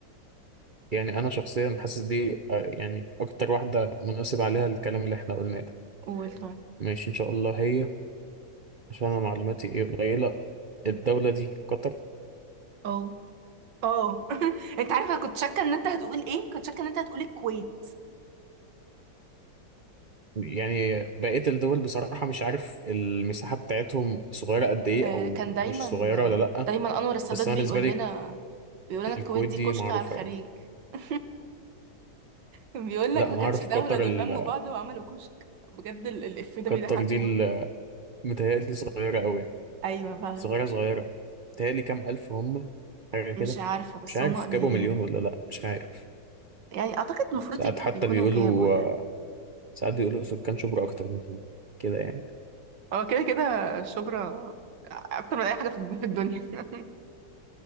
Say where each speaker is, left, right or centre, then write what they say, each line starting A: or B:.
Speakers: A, on the right; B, on the right.
A: يعني أنا شخصيا حاسس دي آه يعني أكتر واحدة مناسب عليها الكلام اللي إحنا قلناه ده
B: قول طيب
A: ماشي إن شاء الله هي عشان أنا معلوماتي إيه قليلة الدولة دي قطر
B: اه اه <laughs> انت عارفة أنا كنت شاكة ان انت هتقول ايه كنت شاكة ان انت هتقول الكويت
A: يعني بقية الدول بصراحة مش عارف المساحة بتاعتهم صغيرة قد إيه
B: آه
A: أو
B: كان دايما
A: مش صغيرة
B: آه
A: ولا لأ
B: دايما انور السادات
A: بس أنا
B: بيقول
A: بالنسبة لي
B: لنا بيقول لنا الكويت
A: الكويت
B: دي
A: دي
B: كشك
A: معروفة
B: على الخليج
A: يعني
B: <laughs> كان بيقول لك
A: لا
B: ما
A: أنا
B: كانتش
A: أعرف
B: دولة
A: قطر
B: دول
A: ال...
B: لموا بعض وعملوا كشك بجد ال- الإف ده
A: قطر
B: بيضحكني
A: دي
B: أوي
A: متهيألي صغيرة أوي يعني
B: أيوة فعلا
A: صغيرة صغيرة متهيألي كام ألف هم حاجة كده
B: مش عارفة بس
A: مش عارف
B: هما قليلين
A: جابوا مليون ولا لأ مش عارف
B: يعني اعتقد المفروض
A: ساعات
B: يك-
A: حتى
B: يكونوا
A: بيقولوا
B: جابوا يعني
A: آه، ساعات بيقولوا سكان شبرا أكتر منهم كده يعني
B: هو كده كده شبرا اكتر من اي حاجه في في الدنيا <laughs>